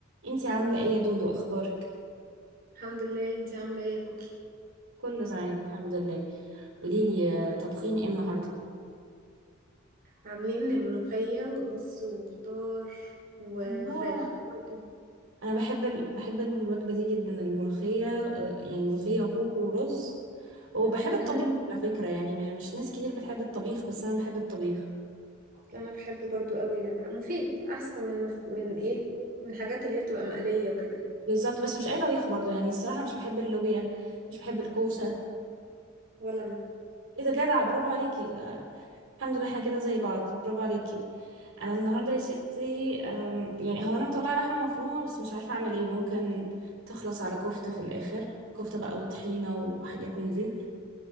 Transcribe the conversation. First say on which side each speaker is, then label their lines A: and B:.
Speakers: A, on the right; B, on the right.
A: انتي عاملة ايه يا دودو اخبارك
B: الحمد لله انتي عاملة ايه يا كوكي
A: كله تمام الحمد لله قوليلي آه، طبخين ايه النهاردة
B: عاملين ملوخية ورز وخضار وفراخ
A: الله
B: وانتوا
A: انا بحب ال... بحب الوجبة دي جدا الملوخية آه، يعني ملوخية وكوكو ورز وبحب الطبيخ
B: امم
A: على فكرة يعني م- مش ناس كتير بتحب الطبيخ بس انا بحب الطبيخ
B: انا بحبه برضو قوي مفيد احسن من مف... من ايه من الحاجات اللي هي بتبقى مقلية وكده
A: بالظبط بس مش اي طبيخ برضو يعني الصراحة مش بحب اللوبيا مش بحب الكوسة
B: ولا انا
A: ايه ده جدع برافو عليكي الحمد لله احنا كده زي بعض برافو عليكي انا النهارده يا ستي أم، يعني هو انا مطلعه لحمه مفرومه بس مش عارفه اعمل ايه ممكن تخلص على كفته في الاخر كفته بقى وطحينه وحاجات من دي